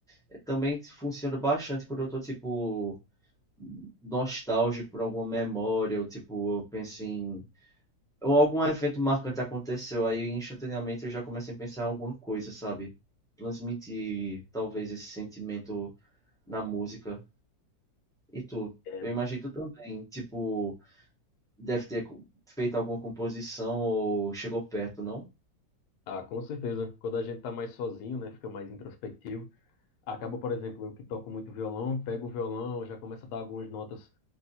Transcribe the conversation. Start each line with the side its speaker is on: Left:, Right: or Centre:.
Centre: É, Também funciona bastante quando eu tô, tipo nostálgico por alguma memória, ou tipo, eu penso em. Ou algum evento marcante aconteceu, aí instantaneamente eu já começo a pensar em alguma coisa, sabe? Transmitir talvez esse sentimento na música. E tu?
Left: É.
Centre: Eu imagino que tu também, tipo, deve ter co- feito alguma composição ou chegou perto, não?
Left: Ah, com certeza. Quando a gente tá mais sozinho, né, fica mais introspectivo. Acaba, por exemplo, eu que toco muito violão, pego o violão, já começo a dar algumas notas